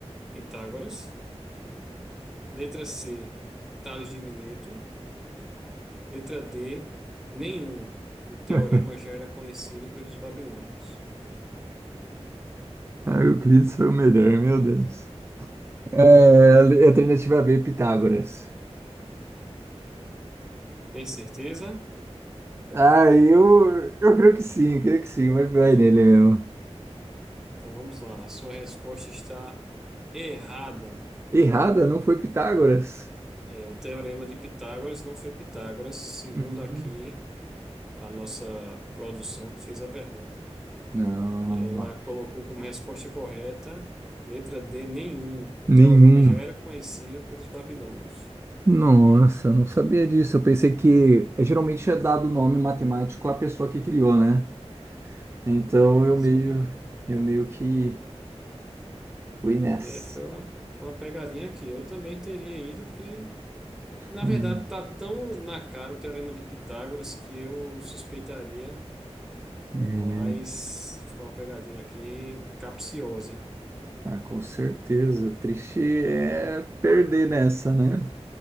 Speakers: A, in the centre; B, on the right.
A: Pitágoras. Letra C, Tales de Mileto. Letra D, nenhum. O teorema
B: <laughs>
A: já era conhecido pelos babilônios.
B: Ah, Euclides foi o melhor, meu Deus. É, alternativa B, Pitágoras.
A: Tem certeza?
B: Ah, eu, eu creio que sim, eu creio que sim, mas vai nele mesmo.
A: Então vamos lá. A sua resposta está errada.
B: Errada, não foi Pitágoras?
A: É, o teorema de Pitágoras não foi Pitágoras, segundo
B: Uhum.
A: aqui a nossa produção que fez a pergunta.
B: Não,
A: Ela colocou como resposta correta, letra D, nenhum. O
B: nenhum.
A: teorema já era conhecido pelos babilônios.
B: Nossa, não sabia disso. Eu pensei que é, geralmente é dado o nome matemático à pessoa que criou, né? Então
A: Pois
B: eu meio,
A: é.
B: eu meio que fui nessa.
A: É, foi uma, foi uma pegadinha aqui. Eu também teria ido, porque Na
B: Hum,
A: verdade, tá tão na cara o Teorema de Pitágoras que eu suspeitaria,
B: é,
A: mas
B: né?
A: foi uma pegadinha aqui capciosa.
B: Ah, com certeza. Triste é perder nessa, né?